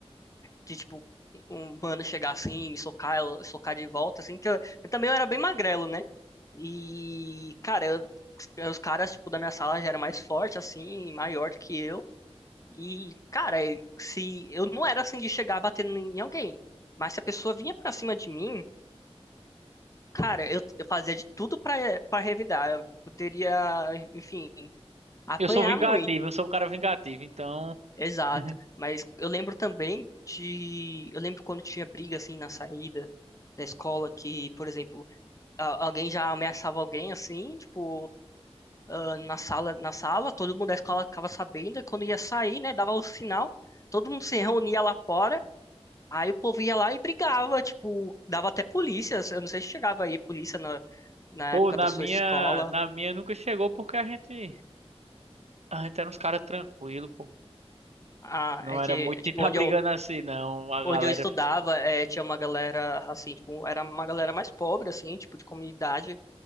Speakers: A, on the left; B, on the right.
A: de tipo, um mano chegar assim, me socar, eu socar de volta, assim, que eu, eu também era bem magrelo, né? E, cara, eu- os os caras, tipo, da minha sala já era mais forte, assim, maior do que eu. E, cara, e se eu não era assim de chegar batendo em alguém, mas se a pessoa vinha pra cima de mim, cara, eu, eu fazia de tudo pra para revidar. Eu poderia, enfim, apanhar
B: Eu sou vingativo,
A: muito.
B: eu sou um cara vingativo, então.
A: Exato.
B: <laughs>
A: Mas eu lembro também de. Eu lembro quando tinha briga assim na saída da escola que, por exemplo, a- alguém já ameaçava alguém assim, tipo, ah, na sala, na sala, todo mundo da escola ficava sabendo, e quando ia sair, né, dava o sinal, todo mundo se reunia lá fora, aí o povo ia lá e brigava, tipo, dava até polícia. Eu não sei se chegava aí polícia na, na
B: Pô,
A: época
B: na
A: da sua
B: minha,
A: escola.
B: na minha nunca chegou porque a gente, a gente era uns caras tranquilos,
A: Ah,
B: Não
A: é
B: era
A: que,
B: muito
A: é, tipo,
B: de tá
A: onde
B: brigando
A: eu
B: assim, não. A
A: onde
B: galera,
A: eu estudava, eh, tinha uma galera, assim, tipo, era uma galera mais pobre, assim, tipo, de comunidade.